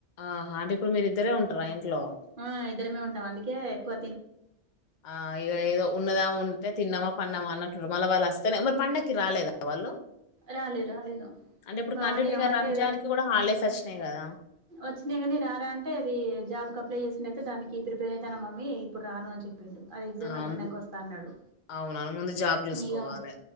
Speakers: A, on the left (about 50°); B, on the right (about 50°).
A: ఆహా అంటే ఇప్పుడు మీరిద్దరే ఉంటారా ఇంట్లో
B: ఆ ఇద్దరమే ఉంటాం అందుకే ఎక్కువ తిన
A: ఆ ఇగ ఏదో ఉన్నదా తిన్నామా పన్నమా అన్న మళ్ళీ వాళ్ళు వస్తేనే మళ్ళ పండక్కి రాలేదా వాళ్ళు
B: రాలేదు రాలేదు
A: అంటే ఇప్పుడు
B: మా
A: కంటిన్యూగా
B: వాడిని రమ్మంటే
A: రంజాన్కి కూడా హాలిడేస్ వచ్చినాయి కదా
B: వచ్చినయి గాని రారా అంటే అది జాబ్ క అప్లై చేసింది అయితే దానికి ప్రిపేర్ అయితాన్న మమ్మీ ఇప్పుడు రాను అని చెప్ప చెప్పిండు అది ఎగ్జామ్
A: ఆ
B: అయిపోయినాక
A: ము-
B: వస్తా అన్నాడు
A: అవునవును ముందు జాబ్ చూసుకోవాలి
B: ఇగ